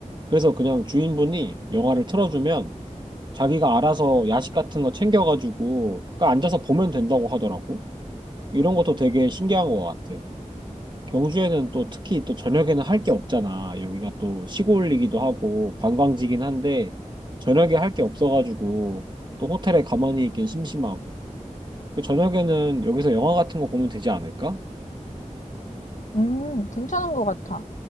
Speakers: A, on the right (about 35°); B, on the left (about 70°).
A: 그래서 그냥 주인분이 영화를 틀어주면 자기가 알아서 야식 같은 거 챙겨가지고 그 앉아서 보면 된다고 하더라고. 이런 것도 되게 신기한 것 같아. 경주에는 또 특히 또 저녁에는 할 게 없잖아. 여기가 또 시골이기도 하고 관광지긴 한데 저녁에 할 게 없어가지고 또 호텔에 가만히 있긴 심심하고. 그 저녁에는 여기서 영화 같은 거 보면 되지 않을까?
B: 음, 괜찮은 것 같아.